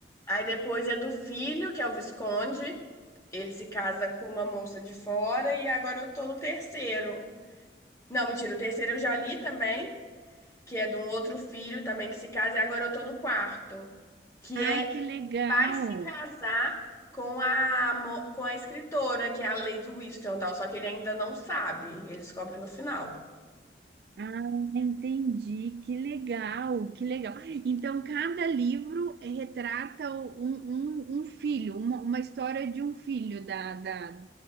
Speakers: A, on the left; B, on the right.
A: Aí depois é do filho, que é o Visconde, ele se casa com uma moça de fora, e agora eu tô no terceiro. Não, mentira, o terceiro eu já li também que é de um outro filho também que se casa, e agora eu tô no quarto, que é
B: Ai, que legal.
A: vai se casar com a, mo- com a escritora, que é a Lady Whistledown, só que ele ainda não sabe, ele descobre no final.
B: Ah, entendi. Que legal, que legal. Então, cada livro retrata um, um, um filho, uma, uma história de um filho, da, da,